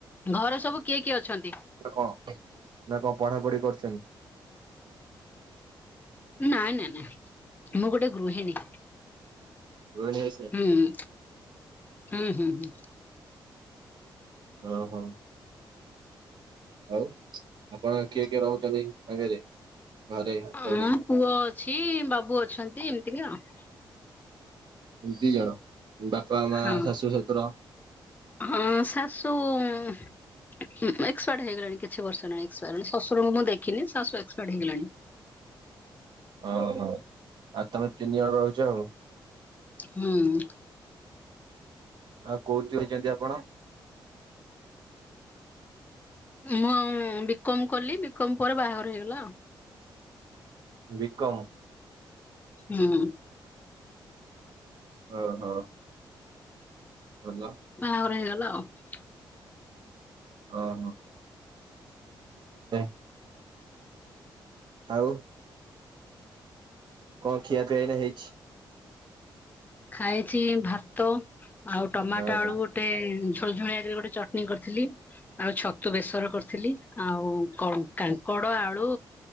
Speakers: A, on the left; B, on the right.
A: ଘଅରେ ସବୁ କିଏ କିଏ ଅଛନ୍ତି?
B: ନା କଣ ନା କଣ ପଢ଼ାପଢ଼ି କରୁଛନ୍ତି?
A: ନାଇଁ ନାଇଁ ନାଇଁ ମୁଁ ଗୋଟେ ଗୃହିଣୀ।
B: ଗୋଣେଶ।
A: ହୁଁ ହୁଁ ହୁଁ ହୁଁ।
B: ଓ ହୋ। ଆଉ ଆପଣ କିଏ କିଏ ରହୁଛନ୍ତି ସାଙ୍ଗରେ ଘରେ କଉଡ଼ି?
A: ହଁ ପୁଅ ଅଛି ବାବୁ ଅଛନ୍ତି ଏମିତି କି ଆଉ
B: ଦି ଜଣ ବାପା ମା
A: ହଁ।
B: ଶାଶୁ ଶଶୁର।
A: ହଁ ଶାଶୁ ଉଁ ଏକ୍ସପାର୍ଟ ହେଇଗଲାଣି କିଛି ବର୍ଷହେଲାଣି ଅସ୍ ଶଶୁରଙ୍କୁ ମୁଁ ଦେଖିନି ଶାଶୁ ଏକ୍ପପାର୍ଡ ହେଇଗଲେଣି।
B: ଓହୋ ଆଉ ତମେ ତିନି ଜଣ ରହୁଛ ଆଉ।
A: ହୁଁ।
B: ଆଉ କୋଉଠି ରହିଛନ୍ତି ଆପଣ?
A: ମୁଁ ଆଉ ବିକମ୍ କଲି ବିକମ୍ ପରେ ବାହାଘର ହେଇଗଲା।
B: ବିକମ୍
A: ହୁଁ।
B: ଓ ହୋ। ହାଲୋ
A: ବାହାଘର ହେଇଗଲା ଆଉ।
B: ଓ ହୋ <unintelligible> ଆଉ କଣ ଖିଆ ପିଆଏଇନା ହେଇଛି?
A: ଖାଇଛି ଭାତ ଆଉ ଟମାଟ
B: ଆଜ୍ଞା
A: ଆଳୁ ଗୋ ଟେ ଝୋଳଝୁଳିଆ କୀରୀ ଗୋଟେ ଚଟଣି କରିଥିଲି। ଆଉ ଛତୁ ବେସର କରିଥିଲି ଆଉ କ କାଙ୍କଡ଼ ଆଳୁ